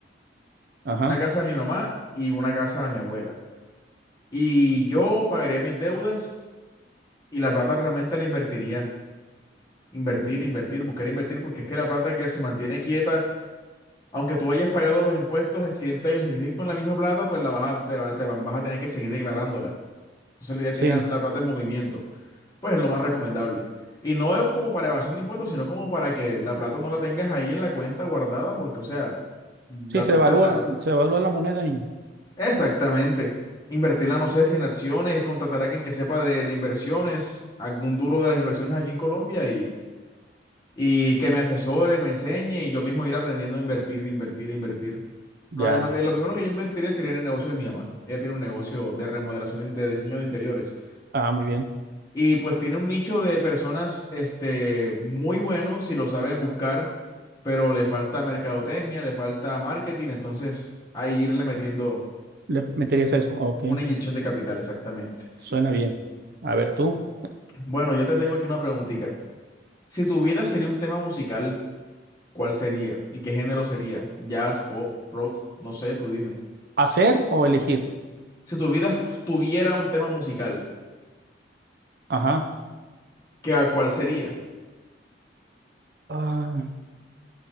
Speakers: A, on the right; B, on the left.
A: ajá,
B: Una casa a mi mamá y una casa a mi abuela. Y yo pagaría mis deudas y la plata realmente la invertiría. Invertir, invertir, buscar invertir, porque es que la plata que se mantiene quieta, aunque tú hayas pagado los impuestos de siguiente año, si sigues con la misma plata, pues la vas a, te va- te va- vas a tener que seguir declarándola. Entonces la idea es
A: sí.
B: tener la, la plata en movimiento. Pues es lo más recomendable. Y no es como para evasión de impuestos, sino como para que la plata no la tengas ahí en la cuenta guardada, porque, o sea, la
A: Sí, se
B: plata
A: devalúa,
B: en la...
A: se devalúa la moneda y
B: Exactamente. Invertirla, no sé si en acciones, contratar a alguien que sepa de, de inversiones, algún duro de las inversiones aquí en Colombia y, y que me asesore, me enseñe y yo mismo ir aprendiendo a invertir, invertir, invertir.
A: ya.
B: Lo, en lo, en lo primero que yo invertiría sería en el negocio de mi mamá. Ella tiene un negocio de remodelación de, de diseño de interiores
A: Ah, muy bien.
B: y pues tiene un nicho de personas este, muy bueno si lo sabes buscar, pero le falta mercadotecnia, le falta marketing, entonces ahí irle metiendo
A: Le meterías a eso, ok.
B: una inyección de capital, exactamente.
A: Suena bien. A ver tú,
B: Bueno, yo te tengo aquí una preguntita. Si tu vida sería un tema musical, ¿cuál sería? ¿Y qué género sería? ¿Jazz, pop, rock? No sé, tú dime.
A: ¿hacer o elegir?
B: Si tu vida f- tuviera un tema musical,
A: Ajá.
B: ¿qué, cuál sería?
A: Ah,